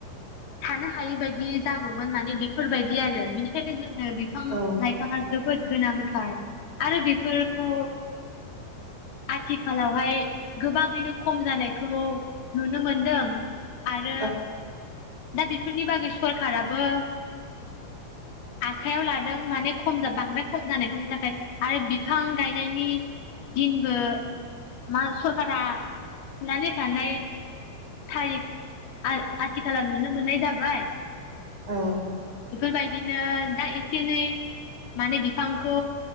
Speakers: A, on the left; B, on the right.
A: थानो हायै बायदि जागौमोन माने बेफोरबायदि आरो बिनिखायनो जोंङो बिफां
B: औ
A: लाइफाङा जोब बोद गोनांथार आरो बेफोरखौ आथिखालावहाय गोबाङैनो खम जानायखौ नुनो मोनदों। आरो
B: औ
A: दा बेफोरनि बागै सरखाराबो आखाइयाव लादों माने खम बांद्राय खम जानायखौनि थाखाय आरो बिफां गायनायनि दिनबो मा सरकारा थिनानै हो थानायानाय थारिख आथिखालाव नुनो मोननाय जाबाय।
B: औ
A: बेफोरबायदिनो दा एसे एनै माने बिफांखौ